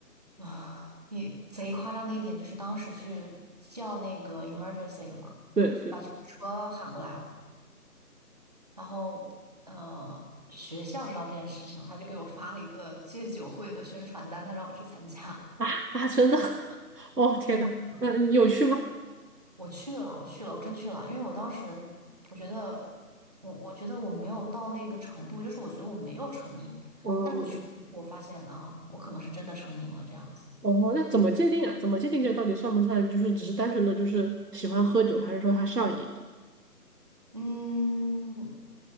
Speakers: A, on the right; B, on the right.
A: 啊！你贼夸张的一点就是当时去叫那个 emergency 了嘛，
B: 对对
A: 就把救护车喊过来了。然后呃，学校知道这件事情他就给我发了一个戒酒会的宣传单，他让我去参加。
B: 啊啊，真的，<laughs> 哦天呐，
A: 真
B: 那你有趣吗？
A: <laughs> 我去了，我去了，我真去了，因为我当时我觉得我我觉得我没有到那个程度，就是我觉得我没有成瘾，
B: 哦，
A: 但是我去了以后我发现啊，
B: 明白。
A: 我可能是真的成瘾了这样子。
B: 哦，那怎么界定啊？怎么界定这个到底算不算？就是只是单纯的就是喜欢喝酒，还是说他上瘾了呢？
A: 嗯